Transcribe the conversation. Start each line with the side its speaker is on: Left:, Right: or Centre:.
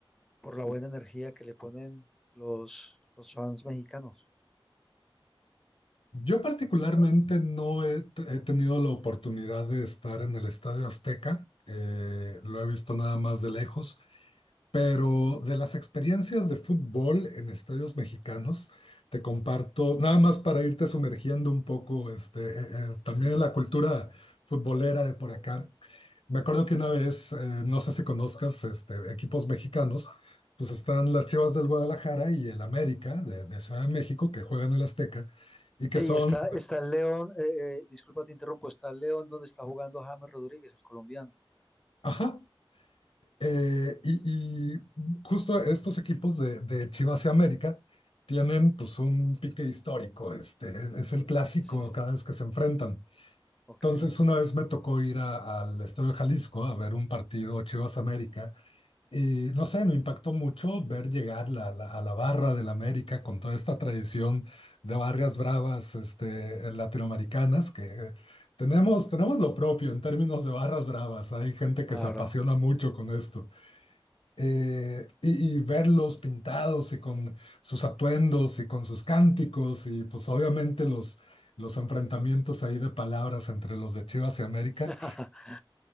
Centre: por la buena energía que le ponen los, los fans mexicanos.
Left: Yo particularmente no he, he tenido la oportunidad de estar en el Estadio Azteca, eh, lo he visto nada más de lejos, pero de las experiencias de fútbol en estadios mexicanos, te comparto, nada más para irte sumergiendo un poco, este, eh, eh, también
Centre: <laughs>
Left: en la cultura futbolera de por acá. Me acuerdo que una vez, eh, no sé si conozcas este, equipos mexicanos, pues están las Chivas del Guadalajara y el América de, de Ciudad de México que juegan en el Azteca y
Centre: Sí,
Left: que son
Centre: y está, está el León, eh, eh, disculpa te interrumpo, está el León donde está jugando James Rodríguez, el colombiano.
Left: Ajá. Eh, y, y justo estos equipos de, de Chivas y América tienen pues un pique histórico, este, es, es el clásico
Centre: Sí,
Left: cada vez que se enfrentan.
Centre: ok,
Left: Entonces una vez me tocó ir a- al Estadio Jalisco a ver un partido Chivas América Y no sé, me impactó mucho ver llegar la, la- a la barra del América con toda esta tradición de barrias bravas este, latinoamericanas, que tenemos, tenemos lo propio en términos de barras bravas. Hay gente
Centre: claro.
Left: que se apasiona mucho con esto. Eh, y, y verlos pintados y con sus atuendos y con sus cánticos y pues obviamente los, los enfrentamientos ahí de palabras entre los de Chivas y América.
Centre: <laughs>